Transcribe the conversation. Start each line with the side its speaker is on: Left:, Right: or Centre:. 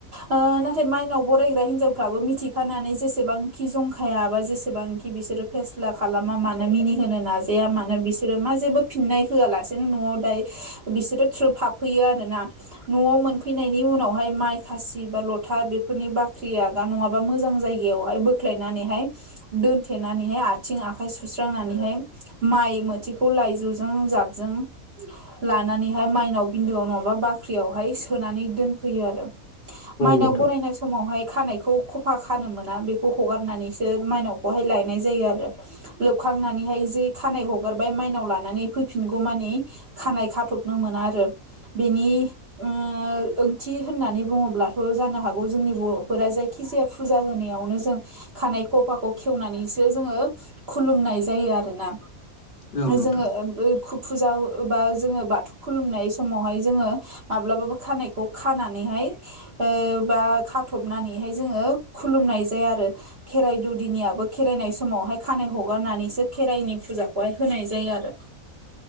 Right: ओ नाथाय माइनाव बरायग्रा हिनजावफ्राबो मिथिखानानै जेसेबांखि जंखाया बा जेसेबांखि बिसोरो फेस्ला खालामा मानो मिनिहोनो नाजाया मानो बिस सोरो मा जेबो फिननाय होआलासेनो न'आव दायो बिसोरो थ्रोब हाबफैयो आरो ना। न'आव मोनफैनायनि उनावहाय माइ खासि बा ल'था बेफोरनि बाख्रिआगा नङाबा मोजां जायगायावहाय बोख्लायनानैहाय। दोनथेनानैहाय आथिं आखाइ सुस्रांनानैहाय माइ मोथिखौ लाइजौजों जाब जों लानानैहाय बा मायनाव बिन्दो आवहाय सो होनानै दोनफैयो आरो। मनाव
Left: नोंथां
Right: बरायना स समावहाय खानायखौ खफा खानो मोना, बेखौ हगारनानैसो माइनावखौहाय लायनाय जायो आरो। लोबखांनानैहाय जे खानाय हगारबाय माइनाव लानानै फैफिनगौ मानि खानाय खाथबनो मोना आरो। बेनि ओ ओंथि होननानै बुङोब्लाथ' जानो हागौ जोंनि बर'फोरा जायखि जाया फुजा होनायावनो जों खानाय खफाखौ खेवनानैसो जोङो। खुलुमनाय जायो आरोना।
Left: औ नोंथां
Right: जोङो ओ बो खु फुजा ओ बा जोङो बाथौ खुलुमनाय समावहाय जोङो माब्लाबाबो खानायखौ खानानैहाय ओ बा खा थबनानैहाय जोङो खुलुमनाय जाया आरो। खेराइ दौदिनियाबो खेराइनाय समावहाय खानाय हगारनानैसो खेराइनि फुजाखौहाय होनाय जायो आरो।
Left: <inaudible>